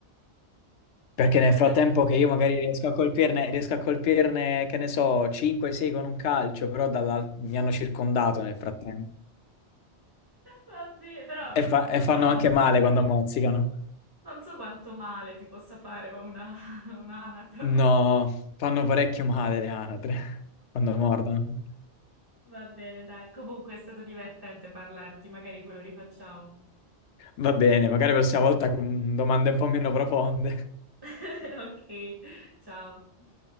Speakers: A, on the left; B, on the right.
A: Perché
B: <laughs>
A: nel frattempo che io magari riesco a colpirne, riesco a colpirne, che ne so, 5-6 con un calcio, però dalla- mi hanno circondato nel frattempo.
B: Vabbè, però
A: E,
B: non,
A: fa-
B: non
A: e fanno
B: so quan-
A: anche male quando mozzicano.
B: non so quanto male ti possa fare una, <laughs> un'anatra.
A: No, fanno parecchio male le anatre <laughs> quando mordono.
B: Va bene, dai. Comunque è stato divertente parlarti, magari quello rifacciamo.
A: Va bene, magari la prossima volta con domande un po' meno profonde.
B: <laughs> Ok, ciao.